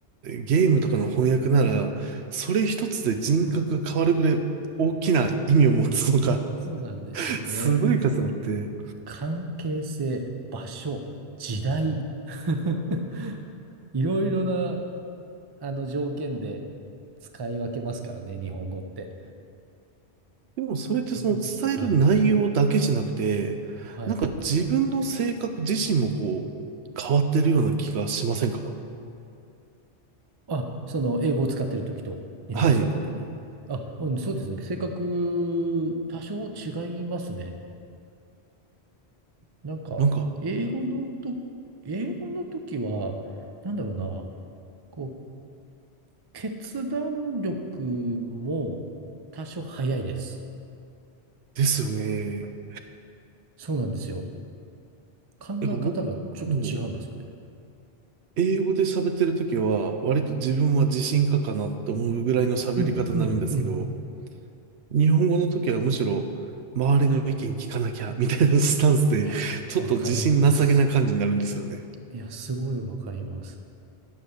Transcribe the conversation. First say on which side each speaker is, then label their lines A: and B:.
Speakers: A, on the right; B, on the right.
A: ゲームとかの翻訳なら、
B: い。
A: それ一つで人格が変わるぐらい大きな意味を持つのか
B: そうなんですよね。
A: すごい数あって。
B: 関係性、場所、時代。<laughs> いろいろな、あの条件で使い分けますからね、日本語って。
A: でもそれってその伝える内容だけじゃなくて、
B: 本当はい。はい。
A: なんか自分の性格自身もこう、変わってるような気がしませんか
B: あ、その、英語を使ってるときと、日本語を使ってるとき。
A: はい。
B: あ、うん、そうですね。性格、多少違いますね。なんか、
A: なんか、
B: 英語のと、英語のときは、なんだろうな、こう、決断力も多少早いです。
A: ですよね。
B: そうなんですよ。考え方がちょっと違うんですよね。
A: なんか僕も、英語で喋ってるときは、割と自分は自信家かなって思うぐらいの喋り方になるんですけど、
B: うん、うん、うん。
A: 日本語の時はむしろ、周りの意見聞かなきゃ、みたいなスタンスで、
B: いや、
A: ちょっと自信なさげな感じになるんですよね。
B: わかります。いや、すごいわかります。